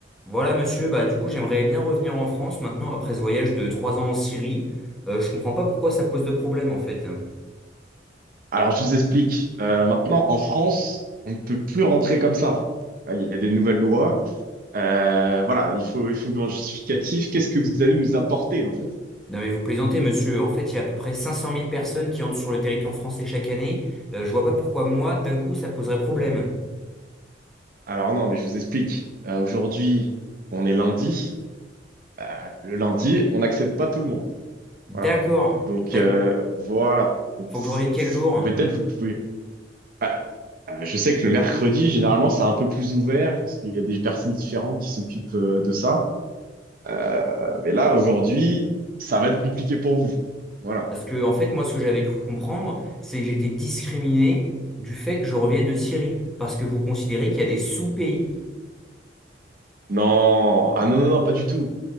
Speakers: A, in the centre; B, on the right.
A: Voilà, monsieur. Bah, du coup, j'aimerais bien revenir en France maintenant après ce voyage de trois ans en Syrie. Euh, je comprends pas pourquoi ça pose de problème en fait.
B: Alors, je vous explique. Euh, maintenant, en France, on ne peut plus rentrer comme ça. Euh, Il y a des nouvelles lois. Euh, voilà, il faut, il faut un justificatif. Qu'est-ce que vous allez nous apporter, en fait?
A: Non, mais vous plaisantez, monsieur. En fait, il y a à peu près cinq cent mille personnes qui entrent sur le territoire français chaque année. Euh, je vois pas pourquoi moi, d'un coup, ça poserait problème.
B: Voilà. Alors, non, mais je vous explique. Euh, aujourd'hui, on est lundi. Euh, le lundi, on n'accepte pas tout le monde.
A: D'accord.
B: Voilà. Donc,
A: D'ac-
B: euh, voilà. Donc,
A: Faut
B: c-
A: que je revienne quel
B: c-
A: jour?
B: peut-être vous pouvez. Ah, Euh, je sais que le mercredi, généralement, c'est un peu plus ouvert parce qu'il y a des personnes différentes qui s'occupent euh, de ça. Euh, mais là, aujourd'hui, ça va être compliqué pour vous. Voilà.
A: Parce que, en fait, moi, ce que j'avais cru comprendre, c'est que j'étais discriminé du fait que je revienne de Syrie. Parce que vous considérez qu'il y a des sous-pays.
B: Non, ah non, non, non, pas du tout.